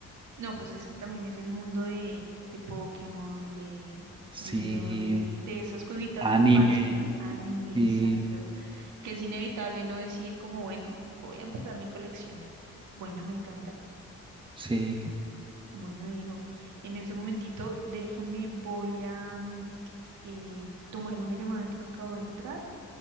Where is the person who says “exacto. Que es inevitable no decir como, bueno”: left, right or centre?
Right